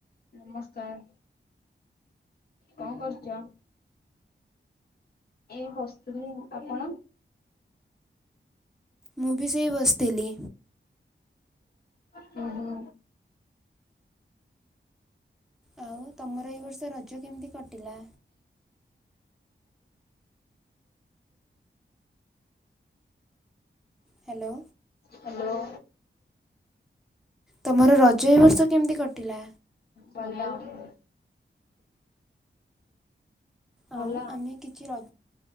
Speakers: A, on the left; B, in the centre.
A: ନମସ୍କାର କଣ କରୁଛ? ଏଇ ବସଥିଲି ଆଉ ଆପଣ?
B: ମୁଁ ବି ସେଇ ବସିଥିଲି।
A: ହୁଁ ହୁଁ।
B: ଆଉ ତମର ଏଇ ବର୍ଷ ରଜ କେମିତି କଟିଲା? ହ୍ୟାଲୋ।
A: ହ୍ୟାଲୋ।
B: ତମର ରଜ ଏଇବର୍ଷ କେମିତି କଟିଲା?
A: ଭଲ। ଭଲ
B: ଆଉ ଆମେ କେତ କିଛି ର